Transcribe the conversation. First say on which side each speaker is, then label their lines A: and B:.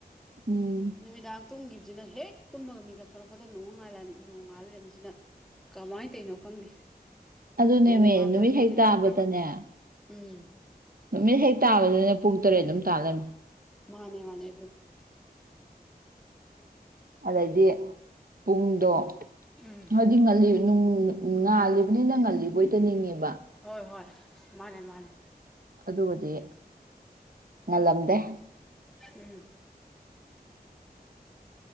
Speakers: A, on the right; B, in the centre.
A: ꯎꯝ
B: ꯅꯨꯃꯤꯗꯥꯡ ꯇꯨꯝꯈꯤꯕꯁꯤꯅ ꯍꯦꯛ ꯇꯨꯝꯃꯒ ꯃꯤꯀꯞ ꯊꯣꯔꯛꯄꯗ ꯅꯣꯡ ꯅꯣꯡ ꯉꯥꯜ ꯂꯩꯔꯝꯃꯤꯁꯤꯗ ꯀꯃꯥꯏꯅ ꯇꯅꯣ ꯈꯪꯗꯦ
A: ꯑꯗꯨꯅꯦꯃꯦ
B: ꯑꯣ ꯉꯥꯟꯕꯁꯦꯝꯗꯤ
A: ꯅꯨꯃꯤꯠ ꯍꯦꯛ ꯇꯥꯕꯗꯅꯦ
B: ꯊꯣꯛꯈ꯭ꯔꯕ ꯎꯝ
A: ꯅꯨꯃꯤꯠ ꯍꯦꯛ ꯇꯥꯕꯗꯨꯅ ꯄꯨꯡ ꯇꯔꯦꯠ ꯑꯗꯨꯝ ꯇꯥꯜꯂꯝꯃꯤ
B: ꯃꯥꯅꯦ ꯃꯥꯅꯦ
A: ꯑꯗꯩꯗꯤ ꯄꯨꯡꯗꯣ
B: ꯎꯝ
A: ꯍꯥꯏꯗꯤ ꯉꯜꯂꯤꯅꯨꯡ ꯉꯥꯜꯂꯤꯕꯅꯤ ꯅꯪ ꯉꯜꯂꯤ ꯣꯏꯉꯕ
B: ꯍꯣꯏ ꯍꯣꯏ ꯃꯥꯅꯦ ꯃꯥꯅꯦ
A: ꯑꯗꯨꯒꯗꯤ ꯉꯜꯂꯝꯗꯦ
B: ꯎꯝ